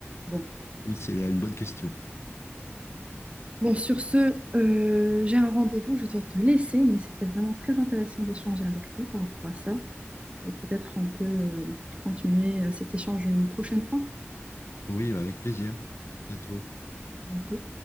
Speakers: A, on the right; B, on the left.
A: Bon.
B: Oui, c'est là une bonne question.
A: Bon, sur ce, euh, j'ai un rendez-vous, je dois te laisser, mais c'était vraiment très intéressant d'échanger avec toi par rapport à ça. et peut-être on peut euh, continuer euh, cet échange une prochaine fois.
B: Oui, avec plaisir. À bientôt.
A: On peut